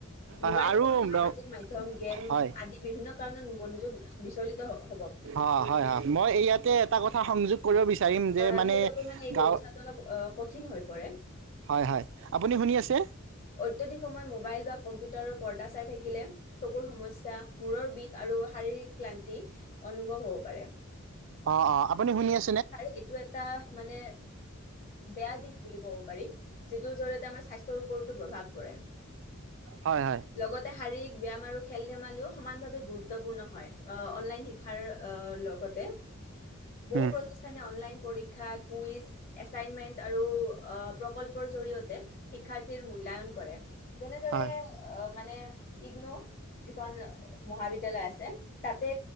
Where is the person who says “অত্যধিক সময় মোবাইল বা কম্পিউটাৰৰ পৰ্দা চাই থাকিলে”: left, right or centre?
Left